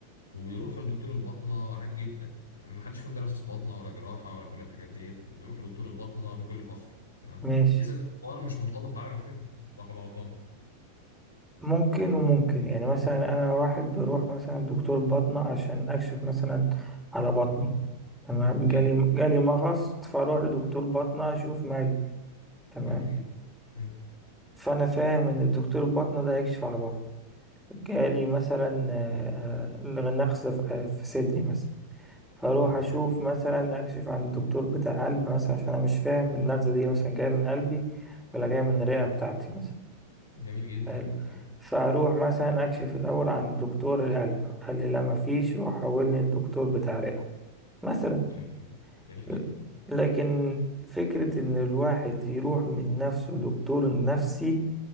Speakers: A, on the left (about 80°); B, in the centre.
A: وبيروحوا لدكتور الباطنة عادي جدا تمام محدش فيهم دارس باطنة ولا جراحة ولا كل الحاجات ديت وبيروحوا لدكتور الباطنة بكل فخر تمام
B: ماشي
A: إذا الحوار مش مرتبط بعالم الفهم صح ولا غلطان؟
B: ممكن وممكن يعني مثلا انا واحد بروح مثلا دكتور بطنه عشان اكشف مثلا على بطني تمام
A: أوكي
B: جالي جالي مغص فاروح لدكتور بطنه اشوف مالي تمام
A: جميل جدا مم.
B: فانا فاهم ان الدكتور بطنه ده هيكشف على بطني جالي مثلا آه، آه، نقص في آه، في صدري مثلا فاروح
A: مم.
B: اشوف مثلا اكشف عن الدكتور بتاع قلب مثلا عشان انا مش فاهم النغزه دي مثلا جايه من قلبي ولا جايه من الرئه بتاعتي مثلا
A: جميل جدا
B: حلو
A: تمام
B: فاروح مثلا اكشف الاول عن دكتور القلب قال لي لا مفيش روح حولني الدكتور بتاع رئة مثلا
A: جميل جدا جميل
B: ل-
A: جدا
B: لكن فكرة ان الواحد يروح من نفسه دكتور نفسي